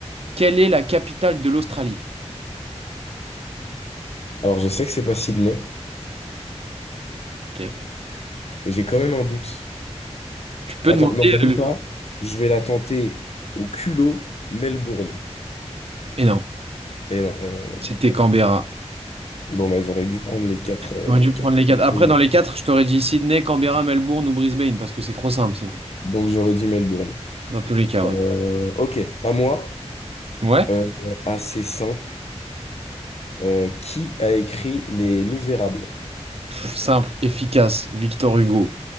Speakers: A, on the right; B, on the left.
A: Quelle est la capitale de l'Australie?
B: Alors, je sais que c'est pas Sydney,
A: Ok.
B: mais j'ai quand même un doute.
A: Tu peux
B: Attends,
A: demander.
B: non, même
A: euh,
B: pas. Je vais la tenter au culot Melbourne.
A: Et non,
B: Et non, eh ben,
A: c'était Canberra.
B: bon, bah, j'aurais dû prendre les quatre, euh,
A: J'aurais
B: les
A: dû
B: quatre
A: prendre les quatre.
B: propositions.
A: Après, dans les quatre, je t'aurais dit Sydney, Canberra, Melbourne ou Brisbane, parce que c'est trop simple sinon.
B: Donc, j'aurais dit Melbourne.
A: Dans tous les cas,
B: Euh,
A: ouais.
B: ok, à moi,
A: Ouais?
B: Euh, assez simple. Euh, qui a écrit Les Misérables?
A: Pff, simple, efficace, Victor Hugo.